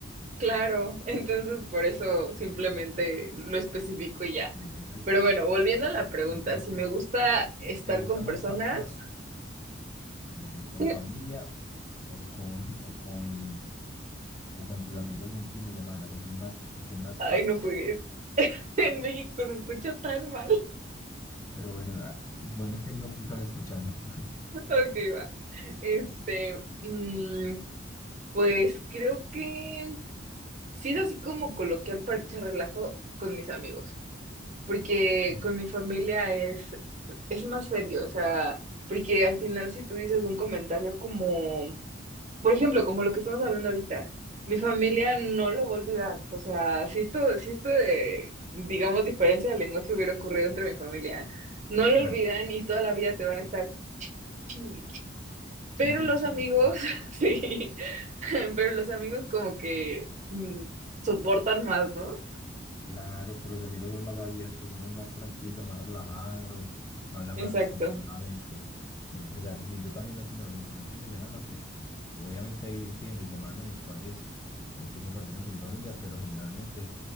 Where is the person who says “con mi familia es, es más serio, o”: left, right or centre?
Right